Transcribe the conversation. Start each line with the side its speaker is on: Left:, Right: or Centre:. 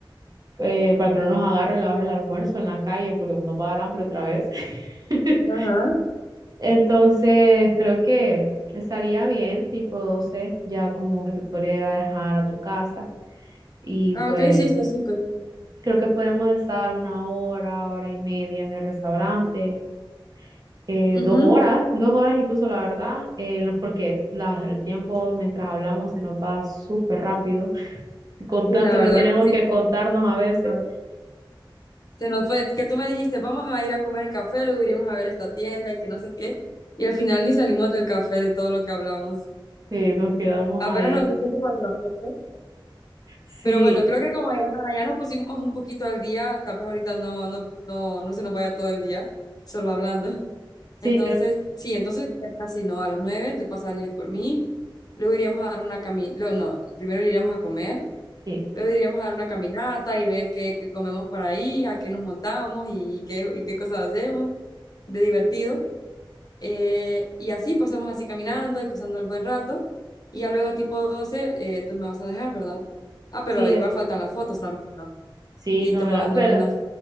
Right: eh, para que no nos agarre la hora del almuerzo en la calle, porque nos va a dar hambre otra vez. <laughs>
Left: Ajá.
Right: Entonces, creo que estaría bien, tipo 12 ya como que te podría ir a dejar a tu casa. Y
Left: Ah,
Right: pues
Left: ok, sí, está súper.
Right: creo que podríamos estar una hora, hora y media en el restaurante, eh,
Left: Ujú.
Right: dos horas, dos horas incluso, la verdad, eh, no- porque la- el tiempo mientras hablamos se nos va súper rápido, con
Left: Y
Right: tanto
Left: la verdad
Right: que tenemos
Left: que sí.
Right: que
Left: está
Right: contarnos a veces,
Left: súper. Se nos fue, que tú me dijiste, vamos a ir a comer el café, luego iremos a ver esta tienda y que no sé qué. Y al final ni salimos del café de todo lo que hablamos.
Right: sí, nos quedamos
Left: Apenas
Right: ahí.
Left: nos dio tiempo para la foto.
Right: Sí,
Left: Pero bueno, creo que como ya, ya nos pusimos un poquito al día, tal vez ahorita no, no, no, no se nos vaya todo el día solo hablando.
Right: sí,
Left: Entonces,
Right: creo que
Left: sí, entonces casi no, a las nueve tú pasarías por mí, luego iríamos a dar una caminata, no, primero iríamos a comer,
Right: sí,
Left: luego iríamos a dar una caminata y ver qué, qué comemos por ahí, a qué nos montamos y, qué, y qué cosas hacemos de divertido. Eh, y así pasamos así caminando y pasando el buen rato. Y ya luego tipo 12 eh, tú me vas a dejar, ¿verdad? Ah, pero
Right: sí, eh,
Left: igual faltan las fotos también, ¿no?
Right: sí,
Left: Y
Right: no,
Left: tomarnos
Right: ¿verdad? Pero
Left: unas...